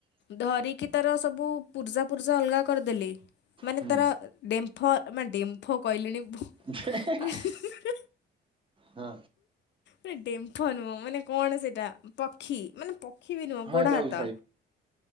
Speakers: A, on the left (about 65°); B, on the right (about 25°).
A: ଧରିକି ତାର ସବୁ ପୂର୍ଜାପୁର୍ଜା ଅଲଗା କରିଦେଲି। ମାନେ
B: ହୁଁ।
A: ତାର ଡେମ୍ ମ୍ଫ ମାନେ ଡେମ୍ଫ କହିଲିଣି
B: ଯେ ହେ
A: ମାନେ
B: ହେ ହେ ହଁ,
A: ନା ଡେମ୍ଫ ନୁହଁ। ମାନେ କଣ ସେଟା? ପକ୍ଷୀ! ମାନେ ପକ୍ଷୀ ବି ନୁହଁ,
B: ହଁ
A: ଗୋଡ
B: ଯାଉଛି
A: ହାତ।